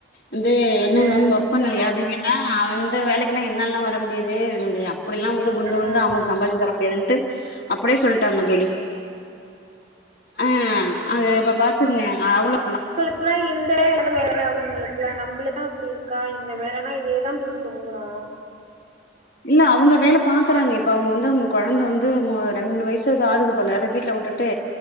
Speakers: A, on the left; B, on the right.
A: வந்து என்ன
B: அ
A: மேம் ஒர்க் பண்லயா அப்டின் கேட்ட அந்த வேலைக்கெல்லா என்னால்லா வர முடியாது <unintelligible> அப்புடில்லா வந்து உளுந்து
B: ம்
A: உழுந்து அவனுக் சம்பார்ச்சு தர முடியாதுன்ட்டு அப்டியே சொல்லிட்டாங்க தோழி ஆ அது இப்ப பாத்துக்ங்க நா எவ்ளோ
B: <inaudible> ஆனா இந்த வேல இல்னா வேற வேல அவுங்குளுக்லா நம்புளுக்தா அப்டி இருக்கா இந்த வேலன்னா இதேதா புடுச்சு தொங்குறோ
A: இல்ல அவுங்க வேல பாக்குறாங்க இப்ப அவுங்க வந்து அவுங்க குழந்தை வந்து ரெண்டு வயசு ஏது ஆகுது போல அதை வீட்டுல விட்டுட்டு